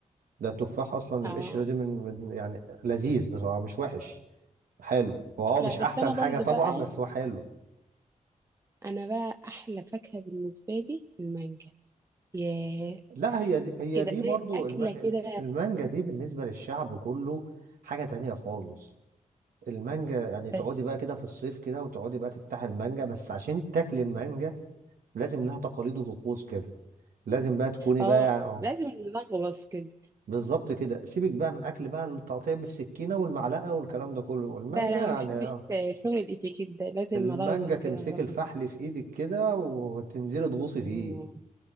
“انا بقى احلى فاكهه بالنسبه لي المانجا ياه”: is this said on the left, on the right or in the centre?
Right